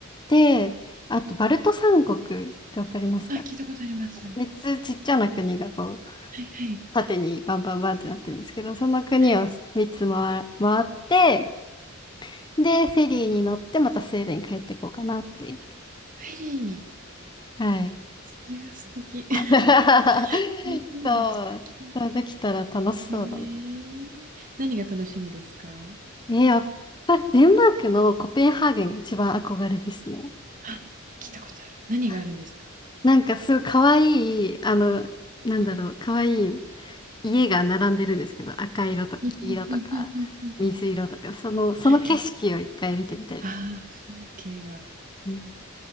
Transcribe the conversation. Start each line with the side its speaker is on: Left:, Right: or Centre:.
Left: で、あと、バルト三国ってわかりますか
Right: あ、聞いたことあります。は
Left: 3つちっちゃな国がこう、
Right: いはい。
Left: 縦にバンバンバンってなってるんですけど、その国を3つ回、
Right: はい。
Left: 回って、で、フェリーに乗ってまたスウェーデンに帰ってこうかなって。
Right: フェリーに。
Left: はい。
Right: それが素敵。<laughs>
Left: <laughs>
Right: そのフェリーも素敵。
Left: そう。そうできたら楽しそうだな。
Right: ええ。何が楽しみですか？
Left: ね、やっぱりデンマークのコペンハーゲンが一番憧れですね。
Right: あ、聞いたことある。何があるんですか？
Left: はいなんかすごい可愛い、あの、なんだろう、可愛い家が並んでるんですけど、赤色とか黄色とか水色とか、
Right: うんうんうんうんうんうん。
Left: その、その景色を一回見てみたいです。
Right: はいはい。ああ、風景が。
Left: うん